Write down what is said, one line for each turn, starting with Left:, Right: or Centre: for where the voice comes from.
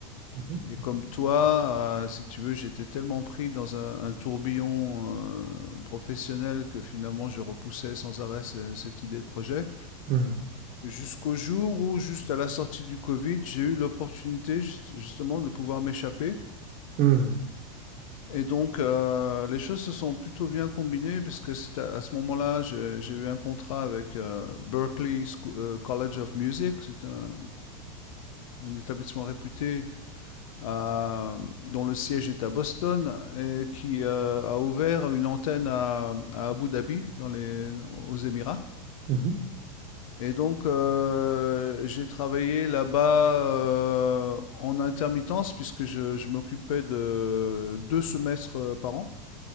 Right: Mhm,
Left: Et comme toi, euh, si tu veux, j'étais tellement pris dans un, un tourbillon euh, professionnel que finalement, je repoussais sans arrêt ce- cette idée de projet.
Right: mhm,
Left: Jusqu'au jour où, juste à la sortie du Covid, j'ai eu l'opportunité juste- justement de pouvoir m'échapper.
Right: mhm,
Left: Et donc, euh, les choses se sont plutôt bien combinées parce que c'est à, à ce moment-là, j'ai j'ai eu un contrat avec euh, Berklee Scho- euh, College of Music. C'est un, un établissement réputé euh, dont le siège est à Boston et qui euh, a ouvert une antenne à, à Abu Dhabi, dans les, aux Émirats.
Right: mhm.
Left: Et donc, euh, j'ai travaillé là-bas euh, en intermittence puisque je, je m'occupais de deux semestres euh, par an.